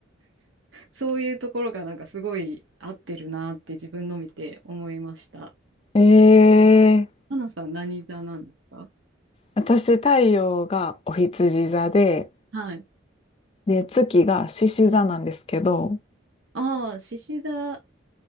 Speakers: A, on the right; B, on the left.
A: そういうところがなんかすごい合ってるなって自分の見て思いました。
B: えー。
A: 花さん何座なんですか
B: 私、太陽がお羊座で、
A: はい。
B: で、月が獅子座なんですけど、
A: ああ、獅子座